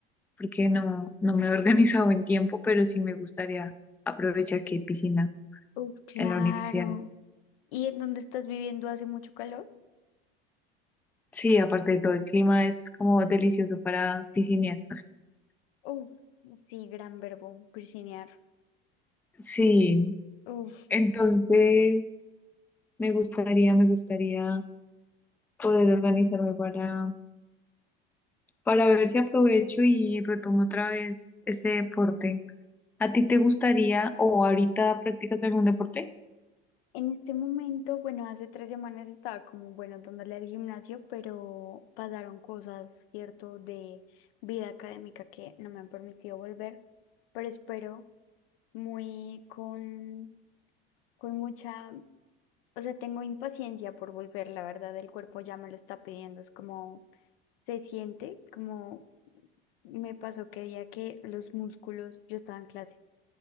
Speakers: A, in the centre; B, on the left.
A: porque no, no me he <laughs> organizado en tiempo, pero sí me gustaría aprovechar que hay piscina
B: Uf, claro.
A: en la universidad.
B: ¿Y en dónde estás viviendo hace mucho calor?
A: Sí, aparte de todo, el clima es como delicioso para piscinear.
B: Uf, sí, gran verbo, piscinear.
A: Sí,
B: Uf,
A: entonces... Me gustaría, me gustaría poder organizarme para, para ver si aprovecho y retomo otra vez ese deporte. ¿A ti te gustaría o ahorita practicas algún deporte?
B: En este momento, bueno, hace tres semanas estaba como, bueno, dándole al gimnasio, pero pasaron cosas, ¿cierto?, de vida académica que no me han permitido volver, pero espero muy con, con mucha, o sea, tengo impaciencia por volver, la verdad, el cuerpo ya me lo está pidiendo, es como, se siente, como me pasó que día que los músculos, yo estaba en clase